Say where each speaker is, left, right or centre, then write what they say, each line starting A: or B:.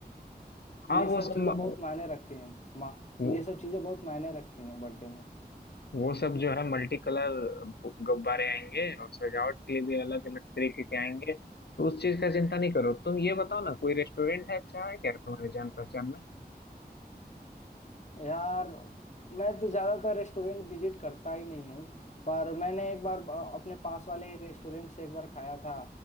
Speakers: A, on the left; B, on the left.
A: हाँ
B: ये सब
A: वो सब
B: चीजें बहुत मायने रखती हैं माँ
A: वो
B: ये सब चीजें बहुत मायने रखती हैं बर्थडे में
A: वो सब जो है मल्टी कलर गुब्बारे आएंगे और सजावट के लिए भी अलग अलग तरीके के आएंगे तो उस चीज का चिंता नहीं करो तुम ये बताओ ना कोई रेस्टोरेंट है अच्छा है क्या तुम्हारे जान पहचान में
B: यार मैं तो ज्यादातर रेस्टोरेंट विजिट करता ही नहीं हूँ पर मैंने एक बार अ, अपने पास वाले ही रेस्टोरेंट से एक बार खाया था